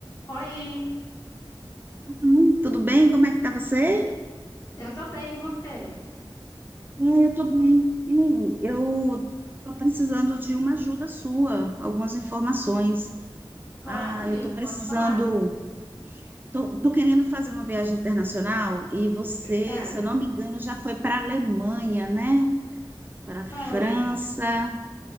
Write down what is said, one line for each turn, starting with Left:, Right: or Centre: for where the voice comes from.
Left: Oi,
Right: Hum, Tudo bem? Como é que tá você?
Left: eu tô bem, e você?
Right: Ah, eu tô bem. Hein, eu tô precisando de uma ajuda sua, algumas informações.
Left: Claro,
Right: Ah,
Left: amiga,
Right: eu tô precisando.
Left: pode falar.
Right: Tô, tô querendo fazer uma viagem internacional e você,
Left: Pera,
Right: se eu não me engano, já foi para a Alemanha, né? Para a França.
Left: oi,